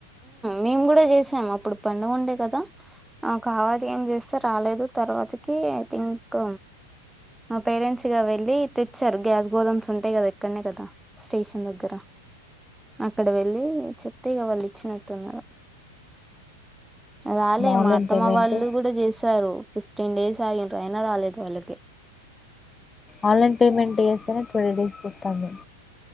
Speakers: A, in the centre; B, on the left.
A: మేము కూడా చేసాం అప్పుడు పడుగ ఉండే కదా కావాత ఏం చేస్తా రాలేదు తర్వాతకి ఐ థింక్ మా పేరెంట్స్గా వెళ్ళి తెచ్చారు గ్యాస్ గోధామ్స్ ఉంటాయి కదా ఇక్కడనే కదా స్టేషన్ దగ్గర అక్కడ వెళ్ళి చెప్ అంతేగా వాళ్ళు ఇచ్చినట్టున్నారు రాలే
B: ఆన్లైన్
A: మా అత్తమ్మ
B: పేమెంట్
A: వాళ్ళు కూడా చేసారు ఫిఫ్టీన్ డేస్ ఆగనరా అయినా రాలేదు వాళ్ళకి
B: ఆన్లైన్ పేమెంట్ చేస్తేనే ట్వల్ డేస్ కొత్త అంది